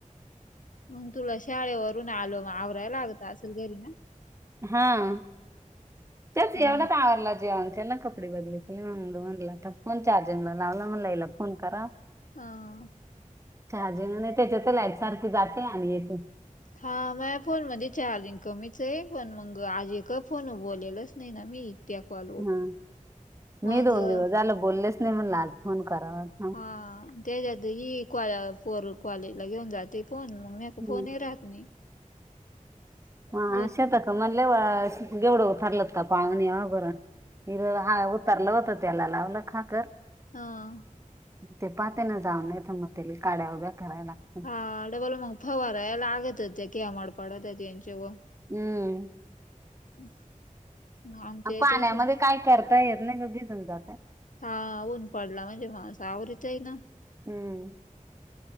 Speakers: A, on the left; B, on the right.
A: मग तुला शाळेवरून आलो म आवराया लागतं असेलं घरी ना.
B: हां तेच
A: मग
B: एवढं
A: मग
B: का आवरल जेवण केलं का कपडे बदली म म्हणल आता फोन चार्जिंगला लावला म्हणल ईला फोन कराव
A: अं.
B: चार्जिंग नाई त्याच्यातई लाईट सारखी जाते आणि येते.
A: हा माया फोन मध्ये चार्जिंग कमीचंय पण, मगं आज एकही फोन वर बोलेलच नाही नां मी. त्या कॉलवर
B: हम्म
A: मग
B: मी दोन दिवस झालं बोललेचं नाही म्हणल आज फोन करावा. थांब.
A: हां त्याच्यात ही कॉल पोर कॉलेज ला घेऊन जाते फोन म्या
B: हम्म.
A: फोनं राहत नाही.
B: हा
A: मग
B: शेताकड मणल अ घेवड वफारलत का पाहण यावा बर. हित हा उतारलं होत त्याला लावलं खाकर.
A: हां.
B: ते पाहतेन जाऊन नाई त मगं ते लई काड्या उगच कराया लाग
A: हां डबल मग फवाराया लागत होते किंवा म मडपड होते त्याच्या व
B: हम्म.
A: <inaudible>
B: अ पाण्यामध्ये
A: तसच
B: कायं करता येत नाही गं भिजून जातय.
A: हा ऊन पडला म्हणजे म आवीरतय न.
B: हम्म.